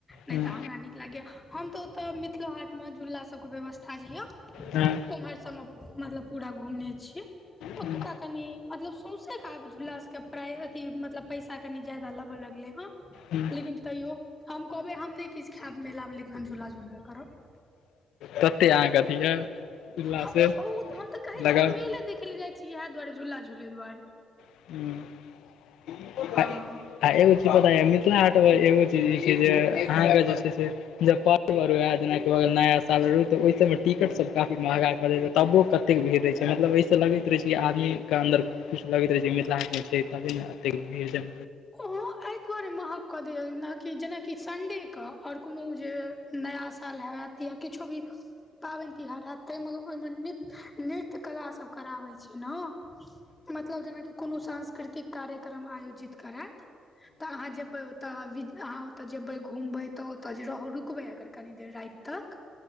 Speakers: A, on the left; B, on the left.
A: नैय
B: हँ
A: तऽ हमरा नीक लागैया हम तऽ ओतऽ मिथिलो हाटमे झूला सबके व्यवस्था जे यअ।
B: हँ
A: उम्हर सबमे मतलब पूरा घुमने छीयै
B: हँ
A: ओतुका कनि मतलब सौ सें के आब झूला सब के पराय मतलब पैसा कनि जादा लेबअ लगलेै हन
B: हँ
A: लेकिन तैयो हम कहबै हम नै किछ खेएब मेला मे लेकिन हम झूला झूलबे करब।
B: तते अहाँके अथी य उल्लासे
A: हमरा बहुत हम तऽ कहै
B: लगब
A: छियै मेले देखै ले जाय छी छी इहे दुआरे झूला झूलै दुआरे
B: <unintelligible>
A: हँ
B: आ एगो चीज पता यऽ मिथिला हाट मे एगो चीज ई छै जे आहाँके जे छै से जब पर्व आरु जेनाकी भऽ गेल नया साल तऽ ओय सब मे टिकट सब काफी महंगा तबो कते भीड़ रहै छै मतलब एहिस लगैत रहे छै कि आदमी के अन्दर कुछ लगैत रहे छै। मिथिला हाटमे छै तभी ने एतेक भीड़ जे
A: हँ अइ ताहि दुआरे महग कऽ द या जेनाकि सण्डेके और कोनो जे नया साल हैत। या किछो भी पाबनि तिहार हैत ताहि मगर ओहिमे निक नृत्य कला सब कराबै छै ने मतलब जेनाकि कोनो सांस्कृतिक कार्यक्रम आयोजित करैत तऽ अहाँ जेबै ओ त विद अहाँ ओते जेबे घूमबे त ओत रहू रु रुकबे अगर कनि देर राइत तक